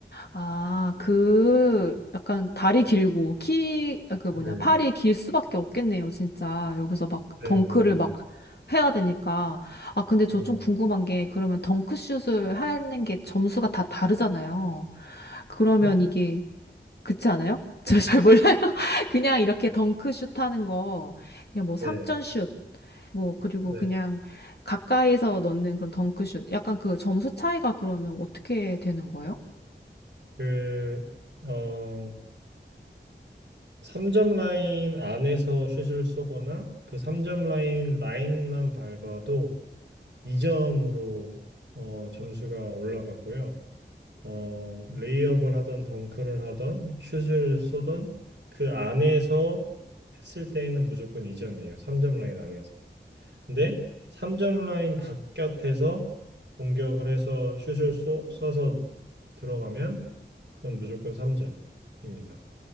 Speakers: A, on the left; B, on the right.
A: 아, 그, 약간 다리 길고, 키, 아, 그 뭐냐,
B: 네,
A: 팔이 길 수밖에 없겠네요, 진짜. 여기서 막
B: 네,
A: 덩크를
B: 맞아요.
A: 막 해야 되니까. 아, 근데 저
B: 네,
A: 좀 궁금한 게, 그러면 덩크슛을 하는 게 점수가 다 다르잖아요. 그러면
B: 어?
A: 이게, 그렇지 않아요? <laughs> 저 잘 몰라요. <laughs> 그냥 이렇게 덩크슛 하는 거, 그냥 뭐 3점슛,
B: 네,
A: 뭐, 그리고
B: 네.
A: 그냥 가까이서 넣는 그런 덩크슛. 약간 그 점수 차이가 그러면 어떻게 되는 거예요?
B: 그, 어, 3점 라인 안에서 슛을 쏘거나 그 3점 라인 라인만 밟아도 2점으로 어, 점수가 올라가고요. 어, 레이업을 하던 덩크를 하던 슛을 쏘던 그 안에서 했을 때에는 무조건 2점이에요. 3점 라인 안에서. 근데 3점 라인 바깥에서 공격을 해서 슛을 쏘, 쏴서 들어가면 그건 무조건 3점입니다.